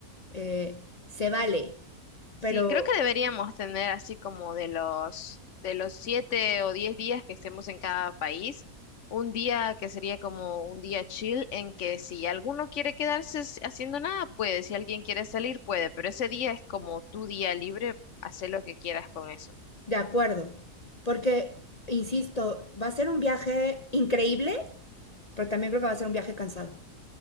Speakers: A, on the left (about 30°); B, on the left (about 55°).
A: eh, se vale,
B: Sí,
A: pero
B: creo que deberíamos tener así como de los de los siete o diez días que estemos en cada país, un día que sería como un día chill en que si alguno quiere quedarse s- haciendo nada, puede, si alguien quiere salir, puede, pero ese día es como tu día libre, hacer lo que quieras con eso.
A: de acuerdo, porque, insisto, va a ser un viaje increíble, pero también creo que va a ser un viaje cansado.